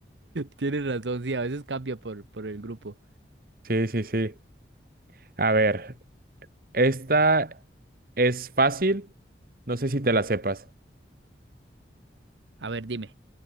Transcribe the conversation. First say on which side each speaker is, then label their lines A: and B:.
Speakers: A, on the right; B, on the right.
A: Tienes razón, sí, a veces cambia por, por el grupo.
B: Sí, sí, sí. A ver, esta es fácil, no sé si te la sepas.
A: A ver, dime.